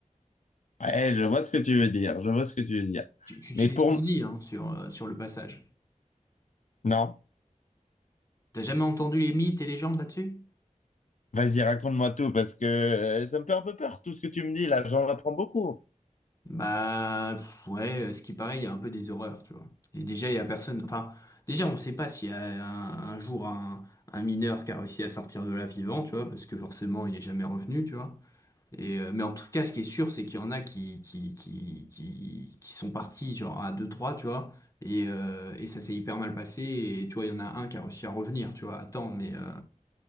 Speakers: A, on the left; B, on the left.
A: Ouais, je vois ce que tu veux dire, je vois ce que tu veux dire.
B: Tu, tu
A: Mais
B: sais
A: pour...
B: ce qu'on dit hein, sur euh, sur le passage.
A: Non.
B: T'as jamais entendu les mythes et légendes là-dessus?
A: Vas-y, raconte-moi tout, parce que euh, ça me fait un peu peur, tout ce que tu me dis là, j'en apprends beaucoup.
B: Bah pff, ouais, euh, ce qui paraît, il y a un peu des horreurs, tu vois. Et déjà, il y a personne. Enfin, déjà, on ne sait pas s'il y a un, un jour un, un mineur qui a réussi à sortir de là vivant, tu vois, parce que forcément, il n'est jamais revenu, tu vois. Et euh, mais en tout cas, ce qui est sûr, c'est qu'il y en a qui qui qui qui, qui sont partis genre à deux trois tu vois. Et, euh, et ça s'est hyper mal passé. Et tu vois, il y en a un qui a réussi à revenir, tu vois. Attends, mais euh,